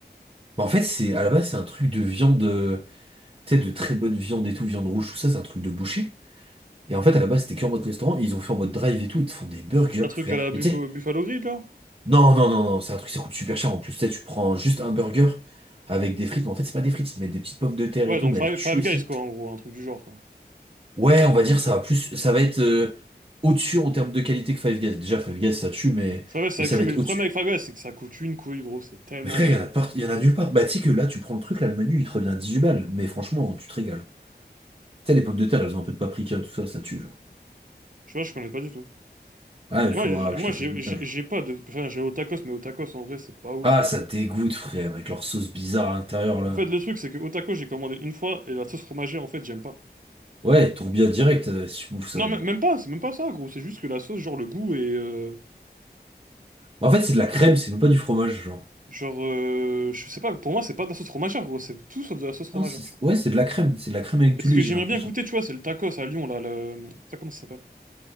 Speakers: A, on the right; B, on the right.
A: Bah, en fait, c'est à la base, c'est un truc de viande, euh, tu sais, de très bonne viande et tout, viande rouge, tout ça, c'est un truc de boucher. Et en fait, à la base, c'était que en mode restaurant, et ils ont fait en mode drive et tout, ils te font des burgers,
B: C'est Un truc
A: frère.
B: à la Buffalo,
A: Mais tu sais,
B: Buffalo Grill, là?
A: Non, non, non, non, c'est un truc, ça coûte super cher en plus. Tu sais, tu prends juste un burger avec des frites, mais en fait, c'est pas des frites, ils te mettent des petites pommes de terre
B: Ouais,
A: et tout,
B: donc
A: mais
B: Five,
A: elles tuent
B: Five
A: aussi.
B: Guys, quoi, en gros, un truc du genre, quoi.
A: Ouais, on va dire, ça va plus, ça va être euh, au-dessus en termes de qualité que Five Guys. Déjà, Five Guys, ça tue, mais,
B: Five Guys, ça
A: mais ça
B: tue,
A: va
B: mais
A: être
B: le problème
A: au-dessus.
B: avec Five Guys, c'est que ça coûte une couille, gros, c'est tellement
A: Mais frère,
B: cher.
A: il y en a part, il y en a nulle part. Bah, tu sais que là, tu prends le truc, là, le menu, il te revient huit balles, mais franchement, tu te régales. Tu sais, les pommes de terre, elles ont un peu de paprika, tout ça, ça tue, genre.
B: Je vois, je connais pas du tout.
A: Ah,
B: Mais
A: il
B: moi,
A: faudra
B: j'ai-
A: que
B: moi,
A: je te
B: j'ai
A: fasse goûter
B: j'ai-
A: un jour.
B: j'ai pas de... Enfin, j'ai au tacos, mais au tacos, en vrai, c'est pas ouf.
A: Ah, ça dégoûte, frère, avec leur sauce bizarre à l'intérieur, là.
B: En fait, le truc, c'est que au tacos, j'ai commandé une fois, et la sauce fromagère, en fait, j'aime pas.
A: Ouais, tourbillon direct, euh, si tu bouffes ça,
B: Non, mais-
A: genre.
B: même pas, c'est même pas ça, gros. C'est juste que la sauce, genre le goût est. euh,
A: En fait, c'est de la crème, c'est même pas du fromage, genre.
B: genre, euh, je sais pas, pour moi, c'est pas de la sauce fromagère, gros. C'est tout sauf de la sauce fromagère,
A: Ah, c'est-
B: tu vois.
A: ouais, c'est de la crème, c'est de la crème avec du
B: Et Ce
A: lait,
B: que
A: j'ai
B: j'aimerais
A: l'impression.
B: bien goûter, tu vois, c'est le tacos à Lyon, là. Le... Ça, comment ça s'appelle?